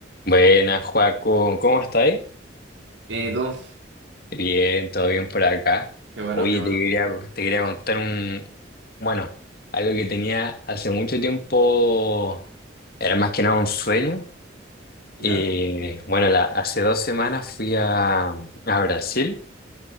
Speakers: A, on the left (about 55°); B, on the right (about 75°).
A: Buenas, Joaco, ¿cómo estáis?
B: ¿Y tú?
A: Bien, todo bien por acá.
B: Qué bueno,
A: Oye,
B: qué bueno.
A: te quería, te quería contar un, bueno, algo que tenía hace mucho tiempo, era más que nada un sueño. Eh,
B: ¿Ya?
A: bueno, la- hace dos semanas fui a, a Brasil